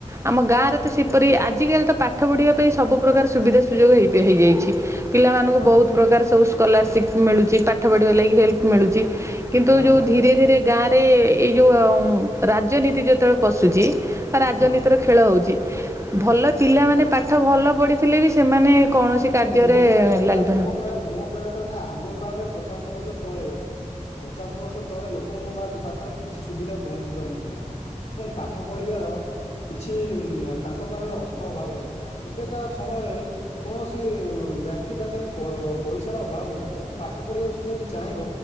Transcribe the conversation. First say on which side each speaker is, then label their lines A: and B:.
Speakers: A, on the right (about 20°); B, on the left (about 55°).
A: ଆମ ଗାଁରେ ତ ସେପରି ଆଜିକାଲି ତ ପାଠ ପଢିବା ପାଇଁ ସବୁ ପ୍ରକାର ସୁବିଧା ସୁଯୋଗ ହେଇ-ହେଇଯାଇଛି । ପିଲାମାନଙ୍କୁ
B: ହଁ
A: ବହୁତ ପ୍ରକାର ସବୁ ସ୍କୋଲାରସିପ୍ ମିଳୁଛି ପାଠ ପଢ଼ିବା ଲାଗି ହେଲ୍ପ ମିଳୁଛି କିନ୍ତୁ
B: ହଁ।
A: ଯୋଉ ଧୀରେ ଧୀରେ ଗାଁ ସେ ଏଇ ଯୋଉ ରାଜନୀତି ଯେତେବେଳେ ପଶୁଛି ବା ରାଜନୀତିର
B: ହଁ
A: ଖେଳ ହଉଛି । ଭଲ ପିଲାମାନେ ପାଠ ଭଲ ପଢିଥିଲେ ବି ସେମାନେ କୌଣସି କାର୍ଯ୍ୟରେ
B: ନା ମୋ କହିଆ କଥା
A: ଲାଗିପାରୁନାହାନ୍ତି।
B: ମୋ କହିଆ ମୋ କହିଆ କଥା ଆଗ କାଳରେ ପଚାଶ ବର୍ଷ ତଳେ ପଚାଶ ବର୍ଷ ତଳେ ଲୋକଙ୍କ ମାଟ୍ ପାଖରେ କିଛି ସୁବିଧା ପହଞ୍ଚି ପାରୁନଥିଲା । ଏବଂ ପାଠ ପଢ଼ିବାର କିଛି ଉଁ ତାଙ୍କ ପାଖରେ ଅର୍ଥ ଅଭାବ ରହୁଥିଲା ଏବେ କା ସମୟରେ କୌଣସି ବ୍ୟାକ୍ତି ପାଖରେ ପ-ପଇସାର ଅଭାବ ନାହିଁ ଏବଂ ପାଠ ପଢିବା ସେ ଯଦି ଚାହିଁବ